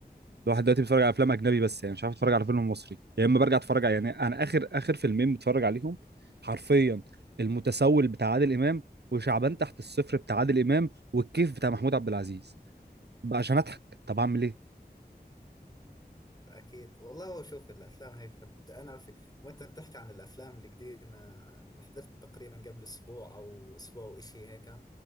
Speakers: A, on the right; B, on the left.
A: الواحد دلوقتي بيتفرج على افلام اجنبي بس يعني مش عارف اتفرج على فيلم مصري يا اما برجع اتفرج
B: أكيد
A: على يعني انا اخر اخر فيلمين بتفرج عليهم حرفيا المتسول بتاع عادل امام وشعبان تحت الصفر بتاع عادل امام والكيف بتاع محمود عبد العزيز بقى عشان اضحك طب اعمل ايه
B: أكيد والله شوف الأفلام هاي حلوة أنا في وأنت بتحكي عن الأفلام القديمة حضرت تقريبا قبل أسبوع أو أسبوع وإشي هيك